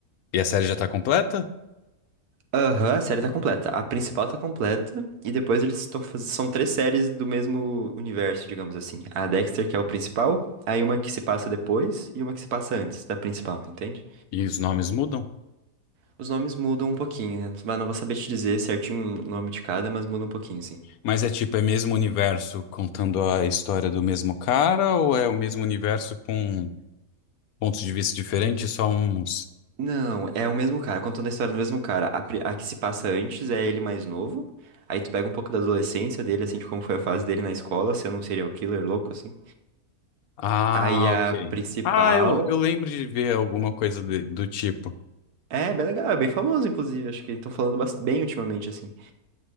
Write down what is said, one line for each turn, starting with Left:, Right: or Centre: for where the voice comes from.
Left: e a série já tá completa?
Right: Aham, a série tá completa. A principal tá completa. E depois eles estão fazendo. São três séries do mesmo universo, digamos assim. A Dexter, que é o principal. Aí uma que se passa depois e uma que se passa antes da principal, entende?
Left: E os nomes mudam?
Right: Os nomes mudam um pouquinho, né? Mas não vou saber te dizer certinho o nome de cada, mas muda um pouquinho, sim.
Left: Mas é tipo, é mesmo universo contando a história do mesmo cara ou é o mesmo universo com pontos de vista diferentes, só uns?
Right: Não, é o mesmo cara, contando a história do mesmo cara. A, pri- a que se passa antes é ele mais novo. Aí tu pega um pouco da adolescência dele, assim, de como foi a fase dele na escola, sendo um serial killer louco, assim.
Left: Ah,
Right: Aí a
Left: ok.
Right: principal
Left: Ah, eu, eu lembro de ver alguma coisa de- do tipo.
Right: É, bem legal, é bem famoso, inclusive. Acho que estão falando bas- bem ultimamente, assim.